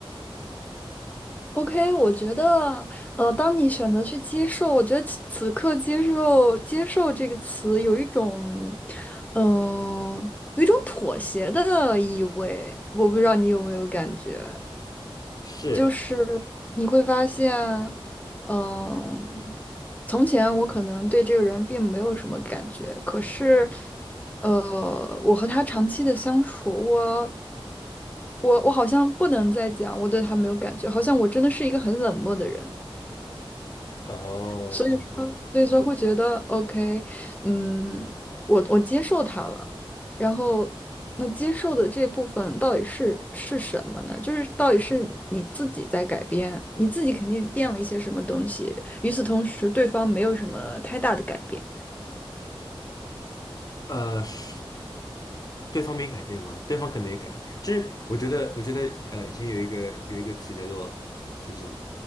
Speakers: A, on the left (about 40°); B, on the left (about 15°).
A: 嗯，
B: OK，我觉得，呃，当你选择去接受，我觉得此此刻接受“接受”这个词有一种，嗯、有一种妥协的意味。我不知道你有没有感觉？
A: 是
B: 就是你会发现，嗯，从前我可能对这个人并没有什么感觉，可是，呃，我和他长期的相处，我我我好像不能再讲我对他没有感觉，好像我真的是一个很冷漠的人。
A: 哦，
B: 所以说，
A: 嗯
B: 所以说会觉得 OK，嗯，我我接受它了，然后那接受的这部分到底是是什么呢？就是到底是你自己在改变，你自己肯定变了一些什么东西，与此同时，对方没有什么太大的改变。
A: 呃，是对方没改变吗？对方可能也改变。就是我觉得，我觉得呃，以前有一个有一个词叫做就是什么